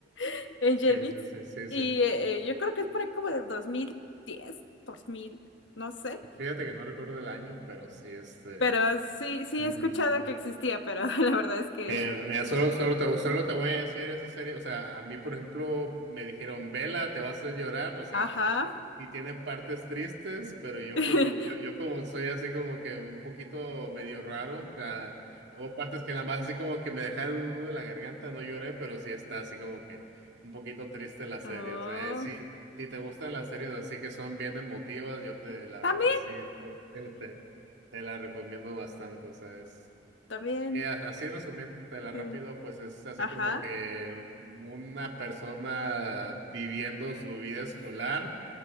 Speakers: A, on the left (about 70°); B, on the right (about 65°).
A: <laughs> en
B: Sí,
A: Beats.
B: sí, sí, sí, sí.
A: Y eh, eh, yo creo que es por ahí como del dos mil diez dos mil no sé.
B: Y Fíjate que no recuerdo el año, pero sí, este.
A: Pero sí, sí
B: Ujú.
A: he escuchado que existía, pero <laughs> la verdad es que...
B: Mira, mira, solo, solo te, voy- solo te voy a decir eso serio. O sea, a mí, por ejemplo, me dijeron, vela, te vas a hacer llorar. O sea,
A: Ajá.
B: y tiene partes tristes, pero yo
A: <laughs>
B: como, yo, yo como soy así como que un poquito medio raro. O sea, hubo partes que nada más así como que me dejaron un nudo en la garganta, no lloré, pero sí está así como que un poquito triste la serie.
A: Oh,
B: O sea, eh, sí, si te gustan las series así que son bien emotivas, yo te, la
A: también.
B: verdad, sí, te, te, te- te la recomiendo bastante. O sea, es.
A: <laughs> También,
B: Y a- así resumiéndotela
A: sí.
B: rápido, pues es así
A: Ajá.
B: como que mm, una persona viviendo su vida escolar